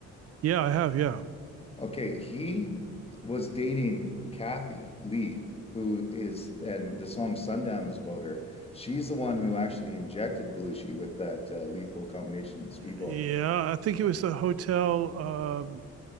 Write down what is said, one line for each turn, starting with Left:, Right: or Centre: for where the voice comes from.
Right: Yeah, I have. Yeah.
Left: Okay, he was dating Kathy Lee, who is, and the song Sundown was about her. She's the one who actually injected Belushi with that uh, lethal combination speedball,
Right: Yeah. I think it was the hotel. Uh,